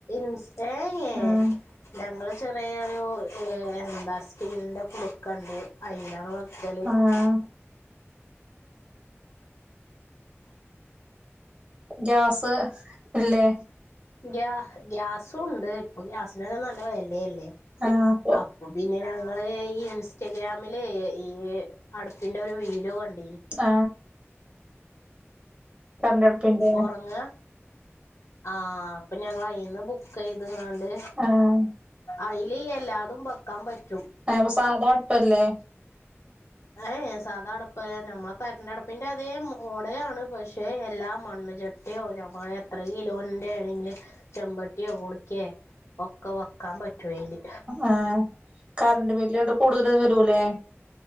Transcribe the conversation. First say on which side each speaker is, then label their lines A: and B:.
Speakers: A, on the left; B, on the right.
A: ൻസ്റ്റയേ
B: ആഹ്
A: ഞങ്ങൾ ചെറിയൊരു, എന്താ സ്റ്റീലിന്റെ കുടുക്കണ്ട്. അയിലാണ് <unintelligible>
B: ആഹ് ഗ്യാസ് ഇല്ലേ
A: ഗ്യാ ഗ്യാസും ഉണ്ട് ഇപ്പൊ ഗ്യാസിനൊക്കെ നല്ല വെലയല്ലേ
B: ആഹ് അപ്പൊ
A: പ്പ പിന്നെ ഞങ്ങള് ഈ ഇൻസ്റ്റഗ്രാമില് ഈ അടുപ്പിന്റെ ഒരു വീഡിയോ കണ്ട്
B: ആ കറണ്ടടുപ്പിന്റെ
A: ഉറങ്ങാ ആ അപ്പൊ ഞങ്ങൾ ആയിന് ബുക്ക് ചെയ്തകാണ്ട്...
B: ആഹ്
A: അയിൽ എല്ലാതും വെക്കാൻ പറ്റും
B: ആപ്പൊ സാധാ അടുപ്പല്ലേ
A: ഏയ് സാദാ അടുപ്പല്ലേ നമ്മളെ കറന്റെ അടുപ്പിന്റെ അതേ മോഡലാണ് പക്ഷെ എല്ലാ മണ്ണ് ചട്ടി ട്ട്യോ യോ ഞമ്മ എത്ര കിലോന്റെ ആണെങ്കില് ചെമ്പട്ടിയോ കുടുക്കേ ഒക്കെ വെക്കാൻ പറ്റുവയില്
B: ആ കറന്റ് ബില്ലണ്ട് കൂടുതലും വരൂല്ലേ